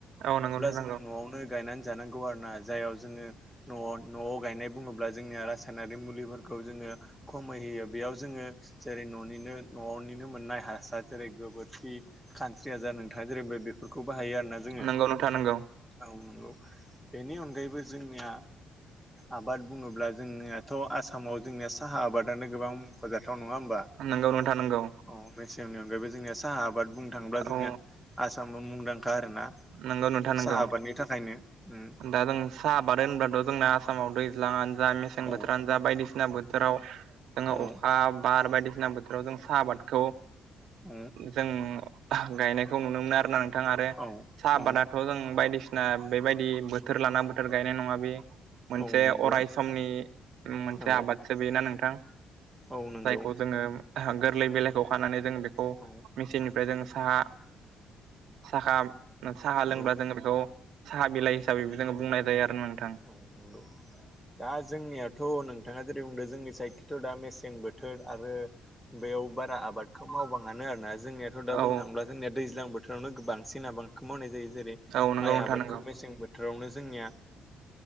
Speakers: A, on the right; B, in the centre.
A: औ नंगौ नोंथां
B: जो
A: नंगौ।
B: न'आवनो गायनानै जानांगौ आरो ना जायाव जोङो न'आव न'आव गायनाय बुङोब्ला जोंनिया रासायनारि मुलिफोरखौ जोङो खमै होयो बेयाव जोङो जेरै न'निनो न'निनो मोननाय हासार जेरै गोबोरखि खानस्रिया जा नों था जेरैबो बेफोरखौ बाहायो आरोना जोङो।
A: नंगौ नोंथां नंगौ
B: औ नंगौ बेनि अनगायैबो जोंनिया आबाद बुङोब्ला जोंनिया थ' आसामाव जोंनिया साहा आबादानो गोबां मख'जाथाव। नंङा होमबा
A: नंगौ नोंथां नंगौ नोंथां नंगौ
B: अ मेसेंनि अनगायैबो जों साहा आबाद बुंनो थांङोब्ला जोंनिया
A: औ
B: आसामा मुंदांखा आरोना।
A: नंगौ नोंथां नंगौ
B: साहा आबादनि थाखायनो। उम
A: दा जों साहा आबाद होनबाथ' जोंना आसामाव दैज्लांआनो जा मेसें
B: औ
A: बोथोरानो जा बायदिसिना बोथोर बोथोराव जोङो
B: औ
A: अखा बार बायदिसिना बोथोराव जों साहा आबादखौ
B: औ
A: जों गायनायखौ नुनो मोनो आरोना नों थां आरो
B: औ
A: साहा आबादाथ'
B: औ
A: जों बायदिसिना बेबायदि बोथोर लाना बोथोर गायनाय नङा बि मोनसे
B: औ नंगौ
A: अराय समनि मोनसे
B: औ
A: आबादसो बेयो ना नोंथां?
B: औ नंगौ
A: जायखौ जोङो गोरलै बिलाइखौ खानानै जों बेखौ
B: औ
A: मेचिननिफ्राय जों साहा साहा साहा लोंब्ला
B: औ
A: जोङो बेखौ साहा बिलाइ हिसाबै जोङो बुंनाय
B: औ
A: जायो आरो ना नोंथां।
B: औ नंगौ दा जोंनियाथ' नोंथाङा जेरै बुंदों जोंनि साइड दा मेसें बोथोर आरो बेयाव बारा आबादखौ मावबाङानो आरोना जोंनियाथ' दा
A: औ
B: बुंनो थाङोब्ला जोंनिया दैज्लां बोथोरावनो बांसिन आबादखौ मावनाय जायो जेरै
A: औ नंगौ
B: माइ
A: नोंथां
B: आबादखौ
A: नंगौ
B: मेसें बोथोरावनो जोंनिया